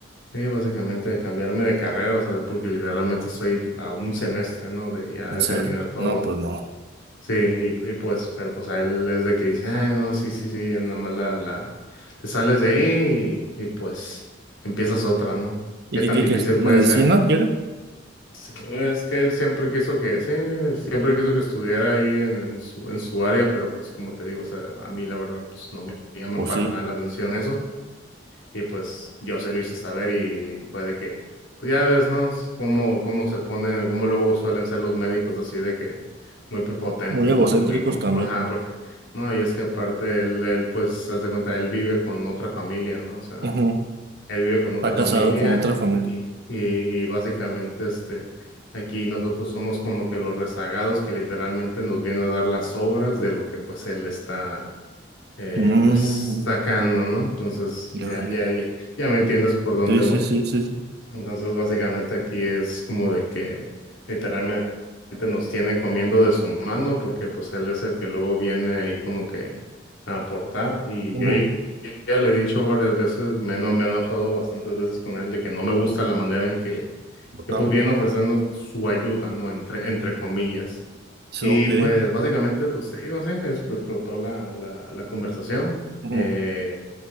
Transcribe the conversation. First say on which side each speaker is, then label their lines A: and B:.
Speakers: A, on the left (about 80°); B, on the right (about 55°).
A: Sí, básicamente cambiarme de carrera, o sea, porque literalmente estoy a un semestre, ¿no? De ya
B: ¿En
A: de
B: serio?
A: terminar todo.
B: No, pues no.
A: Sí, y, y pues, pero pues a él es de que dice, ah, no, sí, sí, sí, ya nada más la, la, te sales de ahí y, y pues empiezas otra, ¿no?
B: ¿Y
A: ¿Qué
B: qué
A: tan
B: quiere?
A: difícil
B: que
A: puede
B: ¿Medicina
A: ser?
B: quiere?
A: Sí, Es que él siempre quiso que, sí, siempre quiso que estudiara ahí en, en su, en su área, pero pues como te digo, o sea, a mí la verdad, pues no me llama
B: Pues
A: para
B: sí.
A: nada la atención eso. Y pues yo se lo hice saber y, y fue de que, pues ya ves, ¿no? Es Cómo, cómo se ponen cómo luego suelen ser los médicos así de que muy prepotentes,
B: Muy egocéntricos
A: ¿no? Porque como,
B: también.
A: <laughs> ajá, por- no, y es que aparte él, él, pues, haz de cuenta, él vive con otra familia, ¿no? O sea,
B: Ujú.
A: él vive con
B: Está
A: otra
B: casado
A: familia
B: con otra familia.
A: y, y, y básicamente, este, aquí nosotros somos como que los rezagados que literalmente nos vienen a dar las obras de lo que pues él está eh,
B: Mm.
A: pues sacando, ¿no? Entonces
B: Ya,
A: ya,
B: ya.
A: ya, ya, ya me entiendes por dónde
B: Sí, sí,
A: voy.
B: sí, sí, sí.
A: Entonces, básicamente aquí es como de que literalmente nos tiene comiendo de su mano porque pues él es el que luego viene ahí como que a aportar. Y
B: Ujú.
A: yo ya le he dicho varias veces, me, he eno- me he enojado bastantes veces con él de que no me gusta la manera en que,
B: Lo
A: que
B: saben.
A: pues viene ofreciendo su ayuda, ¿no? Entre, entre comillas.
B: Sí,
A: Y
B: ok.
A: pues básicamente, pues te digo, sí, es- explotó la, la, la conversación.
B: Ujú.
A: Eh,